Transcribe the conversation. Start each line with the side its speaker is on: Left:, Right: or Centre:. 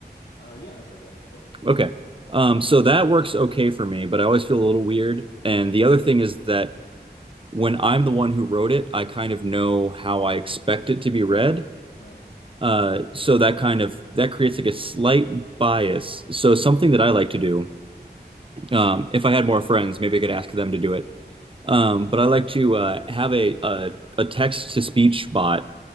Left: Uh, yeah, I've heard that before.
Right: Okay. Um, so that works okay for me, but I always feel a little weird. And the other thing is that when I'm the one who wrote it, I kind of know how I expect it to be read.
Left: Right.
Right: Uh, so that kind of that creates like a slight bias. So something that I like to do, um, if I had more friends, maybe I could ask them to do it. Um, but I like to uh, have a, a a text to speech bot